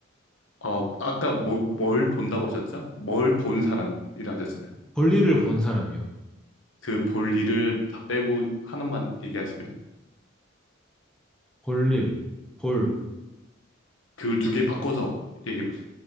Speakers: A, on the left; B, in the centre.
A: 어, 아까 뭐, 뭘 본다고 하셨죠? 뭘 본 사람이라 하셨잖아요.
B: 볼일을 본 사람이요.
A: 그 볼 일을 다 빼고 하나만 얘기하시면.
B: 볼일, 볼,
A: 그걸 두 개 바꿔서 얘기해 보세요.